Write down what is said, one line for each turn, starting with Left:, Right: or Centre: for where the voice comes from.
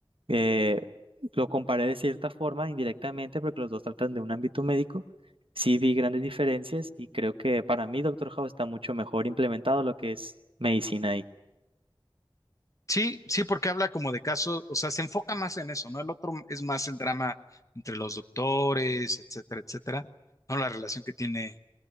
Right: eh, lo comparé de cierta forma, indirectamente, porque los dos tratan de un ámbito médico. Sí vi grandes diferencias y creo que para mí Doctor House está mucho mejor implementado lo que es medicina ahí.
Left: Sí, sí, porque habla como de casos, o sea, se enfoca más en eso, ¿no? El otro es más el drama entre los doctores, etcétera, etcétera, ¿no? La relación que tiene